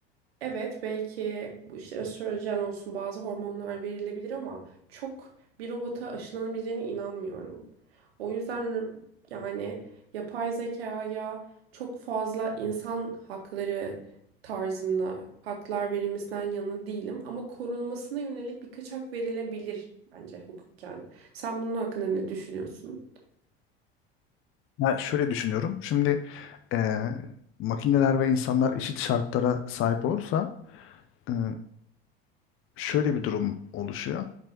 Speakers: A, on the right (about 75°); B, on the left (about 40°).
A: Evet belki bu işte östrojen olsun bazı hormonlar verilebilir ama çok bir robota aşılanabileceğine inanmıyorum. O yüzden yani yapay zekaya çok fazla insan hakları tarzında haklar verilmesinden yana değilim ama korunmasına yönelik birkaç hak verilebilir bence hukuken. Sen bunun hakkında ne düşünüyorsun?
B: Ya şöyle düşünüyorum. Şimdi eee, makineler ve insanlar eşit şartlara sahip olursa eee, şöyle bir durum oluşuyor.